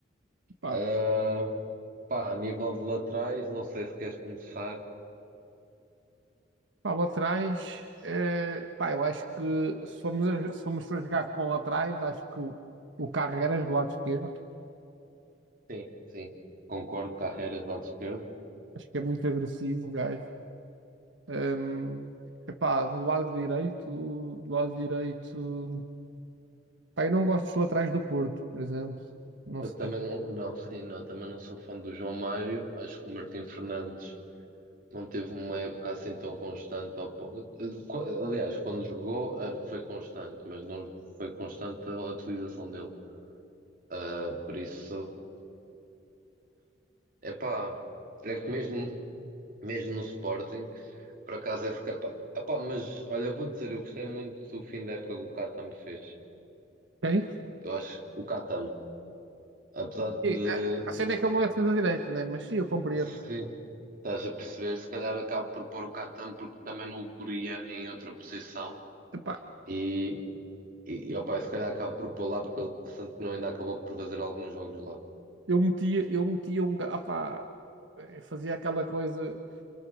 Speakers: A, on the right (about 80°); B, on the right (about 50°).
A: Pá,
B: Ah, pá, a nível de laterais, não sei se queres começar.
A: pá, laterais, eh, pá, eu acho que se formos, a- se formos para jogar com laterais, acho que o, o Carreras do lado esquerdo,
B: Sim, sim, concordo, Carreiras, lado esquerdo.
A: acho que é muito agressivo, o gajo. Ahm, epá, do lado direito, do lado direito. Pá, eu não gosto dos laterais do Porto, por exemplo. Não
B: Eu
A: sei.
B: também não, não, sim, não, também não sou fã do João Mário. Acho que o Martim Fernandes não teve uma época assim tão constante. ao po- eh, qu- Aliás, quando jogou, eh, foi constante, mas não foi constante a utilização dele. Ah, por isso, é pá, é que mesmo. mesmo no Sporting, por acaso esse capaz. Epá, mas olha, vou dizer, eu gostei muito do fim da época que o Catam fez.
A: Quem?
B: Eu acho o Catam, apesar
A: E,
B: de
A: eh, a cena é que ele não é defesa direito, né? Mas sim, eu compreendo.
B: se estás a perceber, se calhar acabo por pôr o Catam porque também não o poria em outra posição
A: Epá,
B: e, e opa, se calhar acabo por pôr lá porque ele, tanto que não ainda acabou por fazer alguns jogos lá.
A: eu metia, eu metia um. ga- Ah, pá eu fazia aquela coisa,